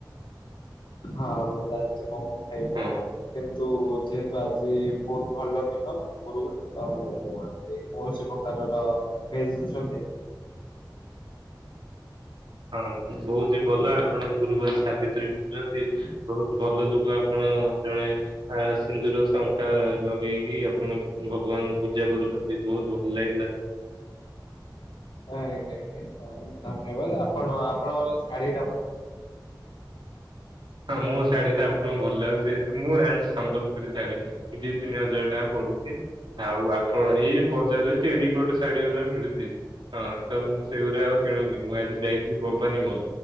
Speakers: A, on the left; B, on the right.
A: ହଁ ମୁଁ ଜାଣିଛି ମମୋ ଖାଇବାରେ।
B: ହଁ
A: କିନ୍ତୁ ଯେହେତୁ ଆଜି ବହୁତ ଭଲ ଦିନ। ତ ମୁଁ ଆଜି କୌଣସି ପ୍ରକାରର। <unintelligible>
B: ହଁ ବହୁତ ହି ଭଲ
A: ଆଜ୍ଞା
B: ଆପଣ ଗୁରୁବାର ସାବିତ୍ରୀ କରୁଛନ୍ତି ବହୁତ ଭଲ ଲୋକ ଆପଣ ଜଣେ। ଆ ସିନ୍ଦୁର ଶଙ୍ଖା ଲଗେଇକି ଆପଣ ଭଗବାନଙ୍କୁ ପୂଜା କରୁଛନ୍ତି ବହୁତ ଭଲ ଲାଗିଲା।
A: ଆଜ୍ଞା ଆଜ୍ଞା ହଁ ଧନ୍ୟବାଦ ଆପଣ ଆପଣଙ୍କର ଶାଢୀ ଟା ମ
B: ହଁ ମୋ ଶାଢୀ ତା ଆପଣଙ୍କୁ ଭଲ ଲାଗୁଛି ଯେହେତୁ ମୁଁ ଆଣିଛି ସମ୍ବଲପୁରୀ ଶାଢୀ। ଦି ତିନି ହଜାର ଟଙ୍କା ପଢୁଛି। ଆଉ ଆପଣ ଏଇ ବଜାରରେ ଟେରି କୋଟ ଶାଢୀଗୁଡା ମିଳୁଛି। ହଁ ତ ମୁଁ ସେଗୁଡ଼ା ଆଉ କିଣୁନି ମୁଁ ଆଜି ଯାଇଥିଲି ଭବାନୀ ମଲ